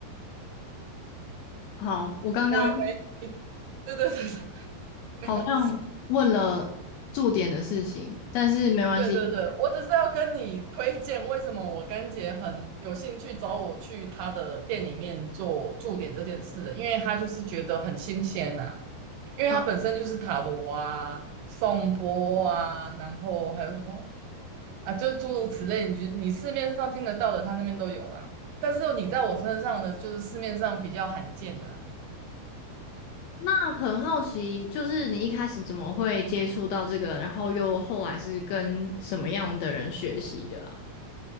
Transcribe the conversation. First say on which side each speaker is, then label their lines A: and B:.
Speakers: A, on the left (about 80°); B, on the right (about 80°).
A: <laughs> 好，我刚刚
B: 喂喂，对对对，<laughs> 对没有，
A: 好像问了驻点的事情，但是没关系。
B: 对对对，我只是要跟你推荐为什么我干姐很有兴趣找我去她的店里面做驻点这件事的，因为她就是觉得很新鲜呐、因为它本身就是塔罗啊、
A: 哦，
B: 颂钵啊，然后还有什么啊，就是诸如此类，你就你市面上听得到的，他那边都有啊。但是你在我身上的，就是市面上比较罕见的啊
A: 那很好奇，就是你一开始怎么会接触到这个，然后又后来是跟什么样的人学习的啊？